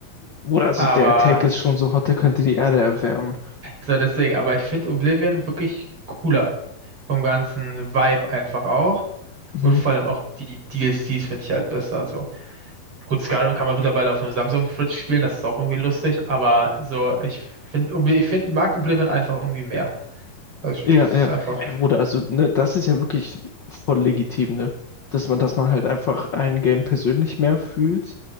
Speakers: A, on the left; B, on the right.
A: Oder also
B: Aber
A: der Attack ist schon so hot, der könnte die Erde erwärmen.
B: So, deswegen, aber ich finde Oblivion wirklich cooler. Vom ganzen Vibe einfach auch.
A: Mhm.
B: Und vor allem auch die DLCs finde ich halt besser. So. Gut, Skyrim kann man mittlerweile auf einem Samsung-Fridge spielen, das ist auch irgendwie lustig, aber so, ich finde, ich find, mag Oblivion einfach irgendwie mehr. Also
A: Ja,
B: ich, es
A: ja.
B: ist einfach.
A: Ey, Bruder, also ne, das ist ja wirklich voll legitim, ne? Dass man, dass man halt einfach ein Game persönlich mehr fühlt.